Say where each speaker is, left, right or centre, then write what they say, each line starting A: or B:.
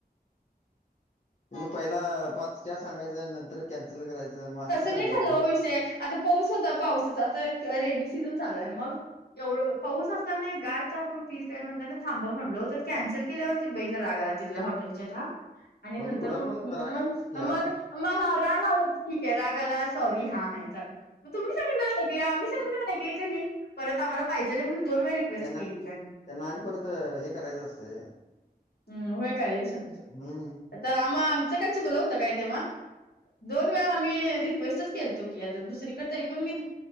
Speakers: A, on the left; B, on the left.
A: तुम्ही पहिला पाच च्या सांगायचंय नंतर कॅन्सल करायचं मग असंच
B: तसं
A: करणार
B: नाही झालं ओ विषय आत्ता पाऊस होता पाऊसाचा तर रेनी सीझन चालू आहे मग एवढं पाऊस असताना गार आपण पील काय म्हणताना ना थांब म्हणलो तर कॅन्सल केल्यावरती ते बै ला रागाला तिल्या हॉटेलच्या हा आणि नंतर
A: कुणाला
B: मग
A: पण
B: तु मग
A: राग की आता
B: मग मग हा राग आहो ठीक आहे रागाला सॉरी हा आहे झाग म तुम्ही सांगाना ऐक आम्ही सांगना ऐकले का नाही परत आम्हाला पाहिजे म्हणून दोन वेर क्वेस्ट
A: त्यांना
B: केली काय
A: त्यांना आणि परत हे करायचं असते
B: हम् होय काय लय शां
A: हम्म
B: आ आम् आमच काय चुकलं होतं काय तेव्हा दोन वेळा आम्ही रिक्वेस्टच केलतो की आता दुसरीकडे तरी पण मी